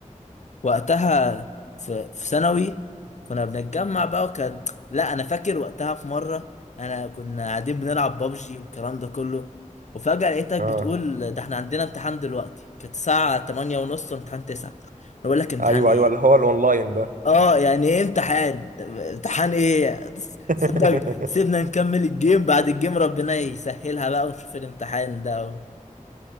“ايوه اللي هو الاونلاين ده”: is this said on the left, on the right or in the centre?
Right